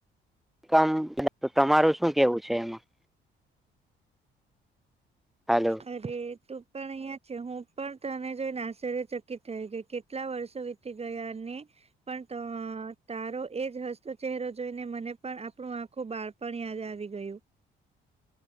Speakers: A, in the centre; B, on the right (about 30°).
A: કામ ઝ તો તમારું શું કેવું છે એમાં- હલો
B: અરે.. તું પણ અહિયાં છે, હું પણ તને જોઈને આશ્ચર્ય ચકિત થઈ ગઈ, કે.. કેટલા વર્ષો વીતી ગયા, ને.. પણ ત અ તારો એજ હસ્તો ચહેરો જોઈને, મને પણ આપણું આખું બાળ પણ યાદ આવી ગયું